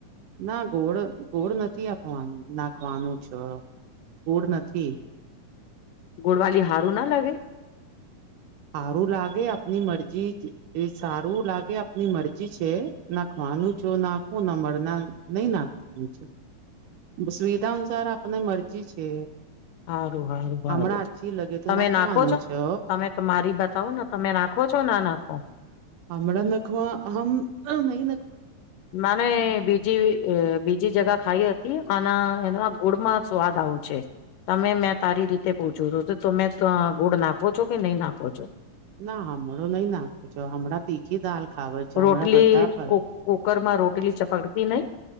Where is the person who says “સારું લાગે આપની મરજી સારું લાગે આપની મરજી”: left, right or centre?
Right